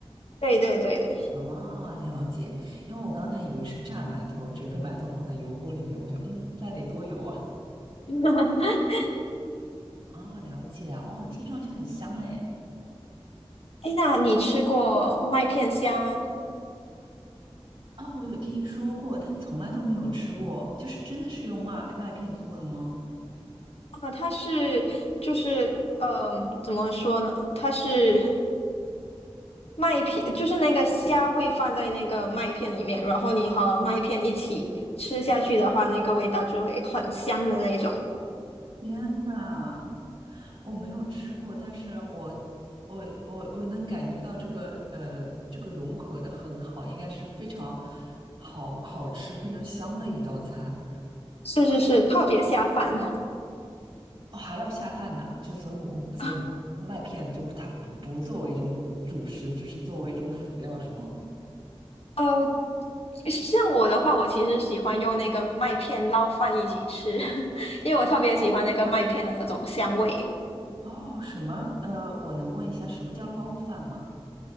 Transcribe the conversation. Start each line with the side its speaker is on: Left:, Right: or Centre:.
Left: 对对对对。
Right: 哦，了解，因为我刚才以为是炸馒头，整个馒头放在油锅里面，我想，嗯，那得多油啊。
Left: <laughs>
Right: 哦，了解，哦，听上去很香哎。
Left: 哎，那你吃过麦片虾吗？
Right: 啊，我有听说过，但从来都没有吃过。就是真的是用麦麦片做的吗？
Left: 啊，它是就是嗯、怎么说呢？它是麦片，就是那个虾会放在那个麦片里面，然后你和麦片一起吃下去的话，那个味道就会很香的那一种。
Right: 天呐，我没有吃过，但是我我我我能感觉到这个呃这个融合的很好，应该是非常好好吃、非常香的一道菜。
Left: 是是是，特别下饭。
Right: 哦，还要下饭呢，就所以我所以麦片就它不不作为一种主食，
Left: <laughs> 啊。
Right: 只是作为一种辅料，是吗？
Left: 呃，像我的话，我其实喜欢用那个麦片捞饭一起吃，<laughs> 因为我特别喜欢那个麦片的那种香味。
Right: 哦，什么呃，我能问一下什么叫捞饭吗？